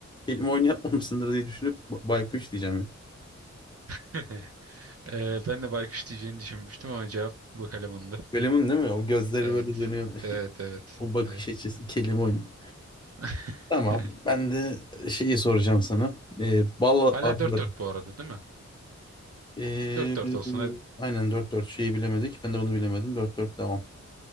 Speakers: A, on the left; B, on the right.
A: kelime oyunu yapmamışsındır diye düşünüp ba- baykuş diyeceğim.
B: <laughs> Ee, ben de baykuş diyeceğini düşünmüştüm ama cevap bıkalemundu.
A: Golem'in değil mi? O gözleri
B: Evet.
A: böyle dönüyor.
B: Evet,
A: <laughs>
B: evet.
A: O bakış
B: Evet.
A: açısı kelime oyunu.
B: <laughs>
A: Tamam. Ben de şeyi soracağım sana. Ee, bal
B: Hala
A: arıları.
B: 4-4 bu arada değil mi?
A: Ee,
B: 4-4 olsun hadi.
A: aynen dört dört şeyi bilemedik. Ben de bunu bilemedim. dört dört devam.